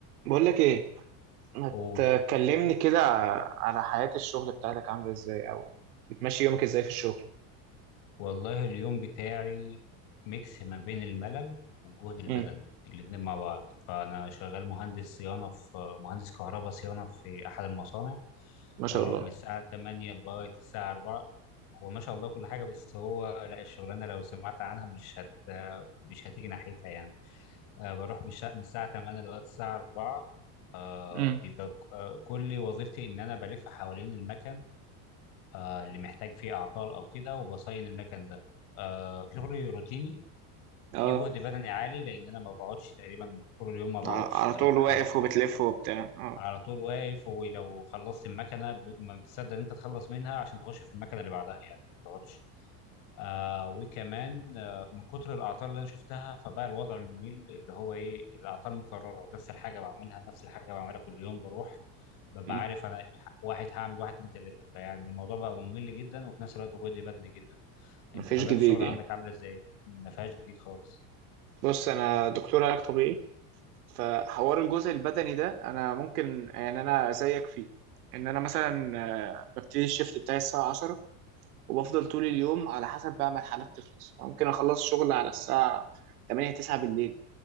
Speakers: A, on the right; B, on the left.
A: بقول لك ايه ما
B: قول
A: تكلمني كده على حياة الشغل بتاعتك عاملة ازاي او بتمشي يومك ازاي في الشغل
B: والله اليوم بتاعي ميكس ما بين الملل والجهد البدني
A: امم
B: الاتنين مع بعض فأنا شغال مهندس صيانة في مهندس كهرباء صيانة في أحد المصانع
A: ما شاء
B: بروح
A: الله
B: من الساعة 8 لغاية الساعة 4 هو ما شاء الله كل حاجة بس هو لا الشغلانة لو سمعت عنها مش هت مش هتيجي ناحيتها يعني آه، بروح بالش- من الساعة 8 لغاية الساعة 4 آه
A: امم
B: بيبقى ك- آه، كل وظيفتي إن أنا بلف حوالين المكن آه، اللي محتاج فيه اعطال او كده وبصين المكن ده آه، شغلي روتيني
A: اه
B: في جهد بدني عالي لان انا ما بقعدش تقريبا طول اليوم ما بقعدش
A: على على
B: بلف
A: طول
B: حوالين
A: واقف
B: المكن
A: وبتلف وبتاع اه
B: على طول واقف ولو خلصت المكنه ب- ما بتصدق ان انت تخلص منها عشان تخش في المكنه اللي بعدها يعني ما تقعدش آه وكمان آه من كتر الاعطال اللي انا شفتها فبقى الوضع ممل اللي هو ايه الاعطال مكرره نفس الحاجه بعملها نفس الحاجه بعملها كل يوم بروح ببقى
A: مم.
B: عارف انا واحد هعمل واحد اتنين تلاته فيعني الموضوع بقى ممل جدا وفي نفس الوقت جهدي بدني جدا
A: مفيش
B: انت طبيعه
A: جديد
B: الشغل
A: يعني
B: عندك عامله ازاي؟ ما فيهاش جديد خالص
A: بص انا دكتور علاج طبيعي فحوار الجزء البدني ده انا ممكن يعني انا زيك فيه ان انا مثلا آه، ببتدي الشيفت بتاعي الساعة 10 وبفضل طول اليوم على حسب بقى ما الحالات تخلص ممكن اخلص شغل على الساعة 8 9 بالليل